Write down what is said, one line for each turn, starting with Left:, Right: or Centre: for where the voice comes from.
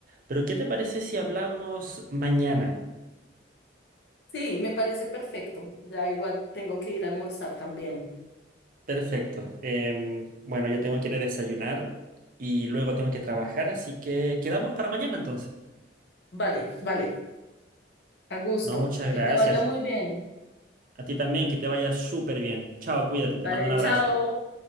Right: Pero ¿qué te parece si hablamos mañana?
Left: Sí, me parece perfecto. Ya igual tengo que ir a almorzar también.
Right: Perfecto. Em, bueno, yo tengo que ir a desayunar y luego tengo que trabajar, así que quedamos para mañana entonces.
Left: Vale, vale. A gusto.
Right: No, muchas
Left: Que
Right: gracias.
Left: te vaya muy bien.
Right: A ti también, que te vaya súper bien. Chao, cuídate, te
Left: Vale,
Right: mando un abrazo.
Left: chao.